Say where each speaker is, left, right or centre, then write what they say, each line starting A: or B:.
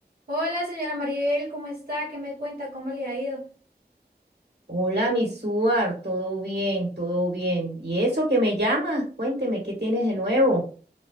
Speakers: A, on the right (about 60°); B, on the right (about 80°).
A: Hola, señora Maribel, ¿cómo está? ¿Qué me cuenta? ¿Cómo le ha ido?
B: Hola, mi Suar, todo bien, todo bien. ¿Y eso que me llamas? Cuénteme, ¿qué tienes de nuevo?